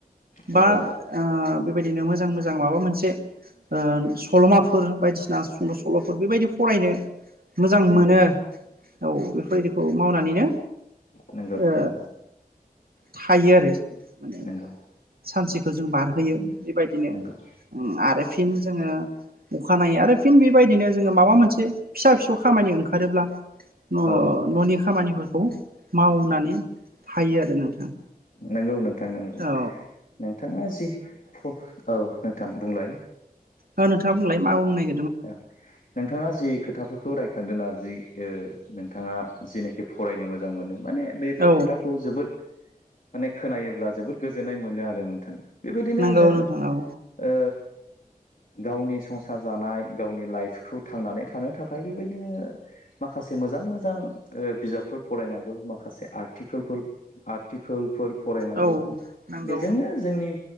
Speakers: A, on the left; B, on the right.
A: नंगौ
B: बा ओ बेबायदिनो मोजां मोजां माबा मोनसे। ओ सल'माफोर बायदिसिना सुंद' सल'फोर बेबायदि फरायनो। मोजां
A: नंगौ
B: मोनो औ बेफोरबायदिखौ मावनानैनो
A: नंगौ
B: ओ
A: नंगौ।
B: थायो आरो माने
A: नंगौ
B: सानसेखौ जों बारहोयो बेबायदिनो
A: नंगौ
B: उम आरो फिन जोङो। अखानायै आरो फिन बेबायदिनो जोङो माबा मोनसे फिसा फिसौ खामानि ओंखारोब्ला। अ
A: औ
B: न'नि खामानिफोरखौ मावनानै थायो आरो नोंथां।
A: नंगौ नोंथां नंगौ
B: औ
A: नोंथाङा जि। औ नोंथां बुंलाय।
B: ओ नोंथां बुंलाय मा बुंनाय।
A: औ नोंथाङा जि खोथा खौ रायखांदों ना जि ओ नोंथाङा जेनाखि फरायनो मोजां मोनो। माने बेफोर
B: औ
A: खोथाखौ जोबोद माने खोनायोब्ला जोबोद गोजोननाय मोनो आरो नोंथां। बेबायदिनो
B: नंगौ
A: जों
B: नोंथां औ
A: ओ गावनि संसार जानाय। गावनि लाइफखौ थांनानै थानो थाखाय बेबायदिनो माखासे मोजां मोजां ओ बिजाब। फोर फरायनाबो माखासे आरकोलफोल आरटिकोल फोर फरायनांगौ
B: औ नंगौ
A: बेजोंनो जोंनि।